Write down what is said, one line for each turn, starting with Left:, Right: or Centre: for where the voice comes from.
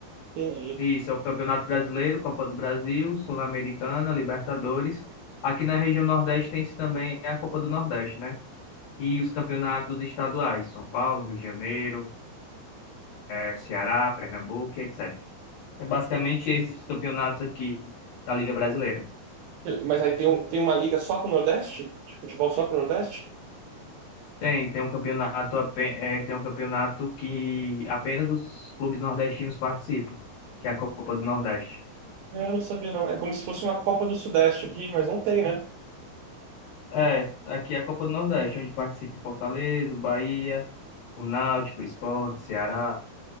Right: Entendi.
Left: Isso, é o Campeonato Brasileiro, Copa do Brasil, Sul-Americana, Libertadores. Aqui na região Nordeste tem-se também a Copa do Nordeste, né? E os campeonatos estaduais, São Paulo, Rio de Janeiro, eh, Ceará, Pernambuco, etc. É basicamente esses campeonatos aqui da Liga Brasileira.
Right: Mas aí tem, um- tem uma liga só pro Nordeste? De futebol só pro Nordeste?
Left: Tem, tem um campeonato, ape- eh, tem um campeonato que apenas os clubes nordestinos participam, que é a Copa do Nordeste.
Right: É, Eu não sabia, não. É como se fosse uma Copa do Sudeste aqui, mas não tem, né?
Left: É, aqui é a Copa do Nordeste, onde participa Fortaleza, Bahia, O Náutico, o Sport, Ceará.